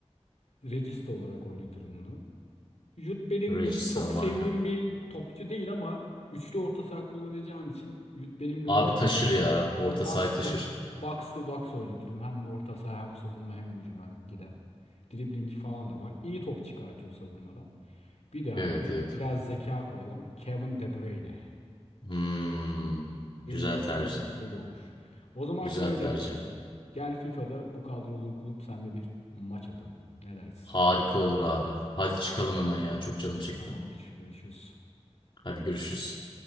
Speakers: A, on the left; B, on the left.
A: Regista olarak oynatırım onu. Jude Bellingham
B: Regista
A: çok
B: marka.
A: sevdiğim bir topçu değil ama üçlü orta saha kullanacağım için Jude Bellingham'ı
B: Abi
A: alıp
B: taşır ya. Orta
A: bo-
B: sahayı taşır.
A: box to box oynatırım. Hem orta saha hem savunma hem hücuma giden. Dribbling falan da var. İyi top çıkartıyor savunmadan. Bir de
B: Evet
A: abi
B: evet.
A: biraz zeka koyalım. Kevin De Bruyne.
B: Hmm,
A: Benim
B: güzel tercih.
A: 11 böyle olur. O zaman
B: Güzel
A: şöyle
B: tercih.
A: yapalım. Gel FIFA'da bu kadrolu kulüp senle bir maç atalım. Ne dersin?
B: Harika olur abi. Hadi çıkalım hemen ya. Çok canım
A: Hadi
B: çekti.
A: tamamdır. Görüşürüz.
B: Hadi görüşürüz.